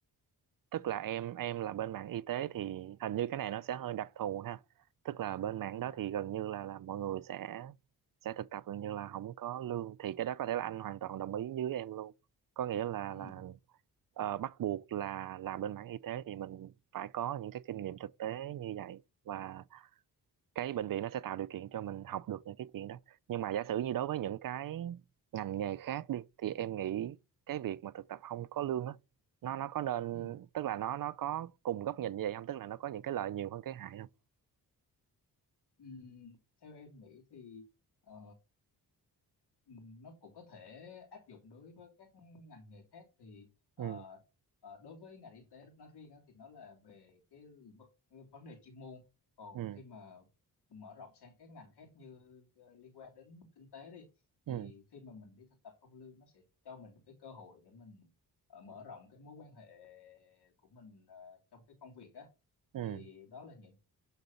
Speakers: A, on the right; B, on the left.
A: tức
B: dạ
A: là em em là bên mảng y tế thì hình như cái này nó sẽ hơi đặc thù ha tức là bên mảng
B: dạ
A: đó thì gần như là là mọi người sẽ sẽ thực tập gần như là không có lương thì cái đó có thể là anh hoàn toàn đồng ý với em luôn có nghĩa là
B: ừ
A: là ờ, bắt buộc là là bên mảng y tế thì mình phải có những cái kinh nghiệm thực tế như vậy và cái bệnh viện nó sẽ tạo điều kiện cho mình học được những cái chuyện đó nhưng mà giả sử như đối với những cái ngành nghề khác đi thì em nghĩ cái việc mà thực tập không có lương á nó nó có nên
B: ừ
A: tức là nó nó có cùng góc nhìn như vậy không tức là nó có những cái lợi nhiều hơn cái hại không
B: Ừm, theo em nghĩ thì ờ, ừm, nó cũng có thể áp dụng đối với các ngành nghề khác thì ờ,
A: ừ
B: ờ, đối với ngành y tế nói riêng á, thì nó là về cái v- vấn đề chuyên môn còn
A: ừ
B: khi mà mở rộng sang các ngành khác như ờ, liên quan đến kinh tế đi thì
A: ừ
B: khi mà mình đi thực tập không lương nó sẽ cho mình cái cơ hội để mình ờ, mở rộng cái mối quan hệ của mình ờ, trong cái công việc á
A: ừ
B: thì đó là những